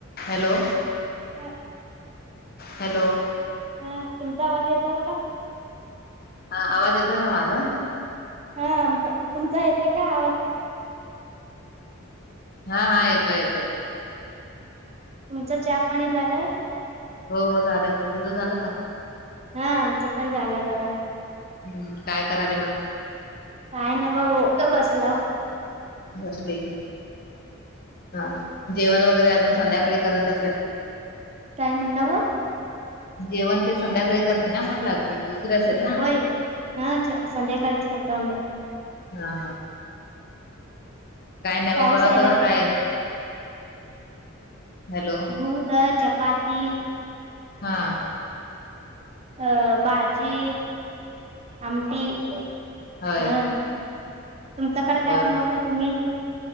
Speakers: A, on the left; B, on the right.
A: Hello.
B: हम.
A: Hello.
B: हा तुमचा आवाज येत का.
A: हा आवाज येतोय का माझा.
B: हा आमचा तुमचा येते काय आवाज.
A: हा हा येतोय येतो.
B: तुमचं चहा पाणी झालं.
A: हो हो झालं कि तूझ झालं का.
B: हा आमचं पण झालंय बघा.
A: हम्म काय कराल मग.
B: काय ना मग हो का बसला.
A: बसलोय. हा जेवण वगैरे अजून संध्याकाळी करत असेल.
B: काय म्हणलं हो.
A: जेवण ते संध्याकाळी करते ना म्हटलं अजून. उशीर असेल ना..?
B: होय हा संध्याकाळीच करता आम्ही.
A: हा हा. काय नवीन
B: पाऊस
A: बनवतं
B: यायला
A: का काय.? हॅलो
B: दूध चपाती.
A: हा.
B: अ भाजी. आमटी
A: होय
B: हा तुमच्याकडे काय
A: बर
B: बनवत
A: बर
B: तुम्ही.